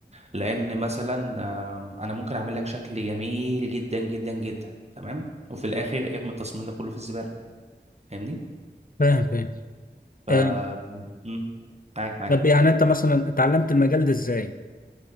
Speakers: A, on the right; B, on the left.
A: لان مثلا آم، انا ممكن اعمل لك شكل جميل جدا جدا جدا تمام وفي الاخر ارمي التصميم ده كله في الزباله فاهمني
B: فاهم فاهم
A: ف
B: آه،
A: مم، معاك معاك
B: طب يعني انت مثلا اتعلمت المجال ده ازاي؟